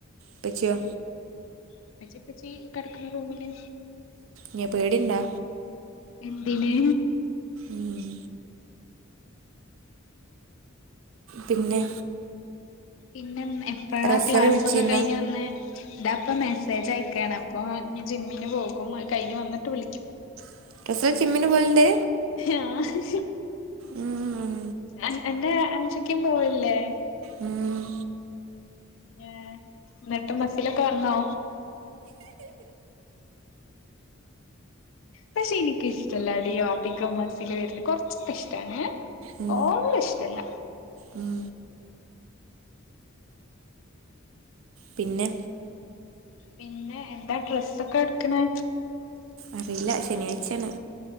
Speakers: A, on the right; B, on the left.
A: പ്പച്ചിയോ
B: ഇപ്പച്ചിപ്പച്ചി കിടക്കുന്ന റൂമില്
A: നെ പേടിണ്ടാ
B: എന്തിന്
A: ഉം പിന്നെ
B: ഇന്നന്നെ എപ്പോഴാ
A: റസൽ
B: ക്ലാസ്സൊക്കെ
A: വിളിച്ചിരുന്ന
B: കഴിഞ്ഞ് വന്നെ ഇതാ പ്പം മെസ്സേജ് അയക്കാണ് അപ്പോ ന് പോകും അത് കയ്ന് വന്നിട്ട് വിളിക്കും
A: <unintelligible> ജിമ്മിന് പൊല്ണ്ട്
B: ആഹ്
A: ഉം,
B: എൻ എന്റെ അൻഷിക്കിം പോവൽല്ലേ
A: ഉം,
B: ഏഹ് ന്നിട്ട് മസിലൊക്കെ വന്നോ പക്ഷേ ഇനിക്കിഷ്ടല്ലടീ അതികം മസില് വര്ന്ന് കൊർച്ചൊക്കെ ഇഷ്ടാണ്
A: ഉം,
B: ഓവറ് ഇഷ്ടല്ല
A: ഉം. പിന്നെ
B: പിന്നെ എന്താ ഡ്രസ്സൊക്കെ എടുക്ക്ണ്
A: അറിയില്ല ശനിയാഴ്ചയാണ്